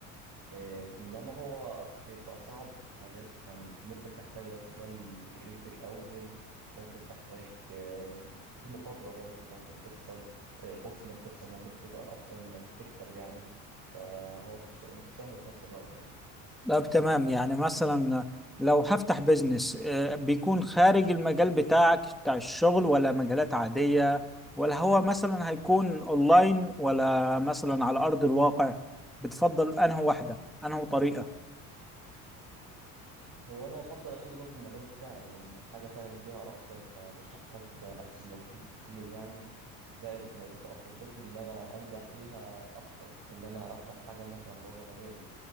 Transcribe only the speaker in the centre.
طب تمام يعني مثلا لو هفتح بيزنس آه، بيكون خارج المجال بتاعك بتاع الشغل ولا مجالات عادية ولا هو مثلا هيكون اونلاين ولا مثلا على ارض الواقع بتفضل انهي واحدة انهي طريقة